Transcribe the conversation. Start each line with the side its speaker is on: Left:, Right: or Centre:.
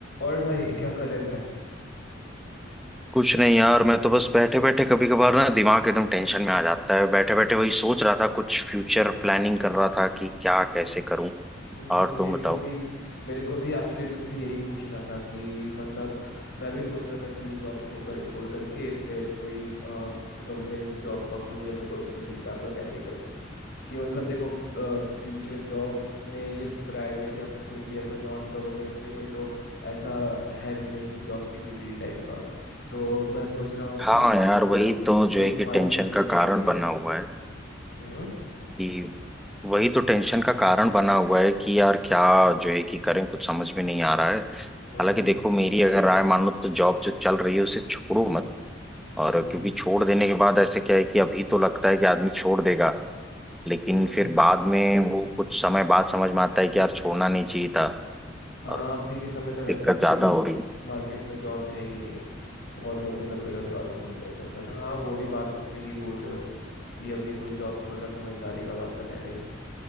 Left: और भाई क्या कर रहे थे
Centre: कुछ नहीं यार मैं तो बस बैठे बैठे कभी कभार ना दिमाग एकदम टेंशन में आ जाता है बैठे बैठे वही सोच रहा था कुछ फ्यूचर प्लानिंग कर रहा था कि क्या कैसे करूं
Left: हम्म,
Centre: और तुम
Left: मेरे
Centre: बताओ
Left: को भी मेरे को भी एक्चुअली तुमसे यही पूछना था कि मतलब मैं भी सोच रहा था कि ये जॉब छोड़ छोड़ करके फिर कोई गवर्नमेंट जॉब पकड़ूं या फिर गवर्नमेंट एग्जाम का तैयारी करूं कि मतलब देखो फ्यूचर जॉब में ये प्राइवेट या फिर कोई भी ऐसा नॉन गवर्नमेंट पे कोई तो ऐसा है भी नहीं कि जॉब सिक्योरिटी टाइप का तो मैं सोच रहा हूँ
Centre: हाँ
Left: कि
Centre: यार
Left: वो करूँ
Centre: वही तो
Left: मेरे को
Centre: जो
Left: वही
Centre: है कि
Left: तुम्हारे
Centre: टेंशन
Left: से ओपिनियन
Centre: का कारण
Left: चाहिए
Centre: बना हुआ है
Left: हम्म
Centre: कि वही तो टेंशन का कारण बना हुआ है कि यार क्या जो है कि करें कुछ समझ में नहीं आ रहा है हालांकि
Left: हम्म हम्म
Centre: देखो मेरी अगर राय मानो तो जॉब जो चल रही है उसे छोड़ो मत और
Left: हम्म
Centre: क्योंकि छोड़ देने के बाद ऐसे क्या है कि अभी तो लगता है कि आदमी छोड़ देगा लेकिन
Left: हम्म
Centre: फिर बाद में वो कुछ समय बाद समझ में आता है कि यार छोड़ना नहीं चाहिए था
Left: हाँ
Centre: और
Left: अभी के समय तो वैसे
Centre: दिक्कत
Left: भी
Centre: ज्यादा हो रही है।
Left: मार्केट में जॉब है ही नहीं बहुत लोग मतलब बेरोजगार घूम रहे हैं तो फिर हाँ वो भी बात तुम सही बोल रहे हो कि अभी कोई जॉब छोड़ना समझदारी का बात तो है नहीं